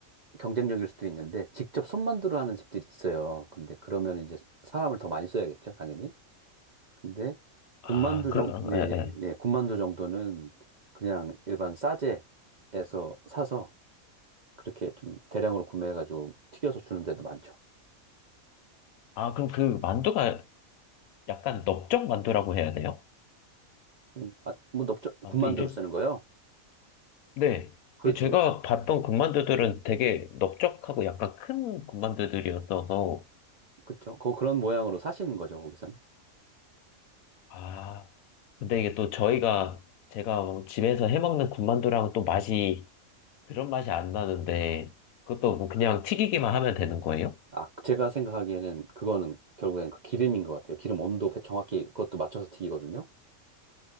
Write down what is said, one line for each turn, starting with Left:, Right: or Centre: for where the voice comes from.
Right: 경쟁력일 수도 있는데 직접 손 만들어 하는 집들이 있어요. 근데 그러면 이제 사람을 더 많이 써야겠죠, 당연히. 근데 군만두
Left: 아, 그럼,
Right: 정, 예,
Left: 예,
Right: 예,
Left: 예.
Right: 예, 군만두 정도는 그냥 일반 싸제에서 사서 그렇게 좀 대량으로 구매해가지고 튀겨서 주는 데도 많죠.
Left: 아, 그럼 그 만두가 약간 넓적 만두라고 해야 돼요?
Right: 음, 아, 뭐 넓적
Left: 만두
Right: 군만두로
Left: 이름?
Right: 쓰는 거요?
Left: 네.
Right: 그렇죠,
Left: 근데 제가
Right: 그렇죠,
Left: 봤던 군만두들은 되게 넓적하고 약간 큰 군만두들이었어서,
Right: 그렇죠. 그 그런 모양으로 사시는 거죠, 거기서는.
Left: 아, 근데 이게 또 저희가, 제가 집에서 해먹는 군만두랑 또 맛이, 그런 맛이 안 나는데, 그것도 뭐 그냥 튀기기만 하면 되는 거예요?
Right: 아, 제가 생각하기에는 그거는 결국엔 그 기름인 것 같아요. 기름 온도 배- 정확히 그것도 맞춰서 튀기거든요.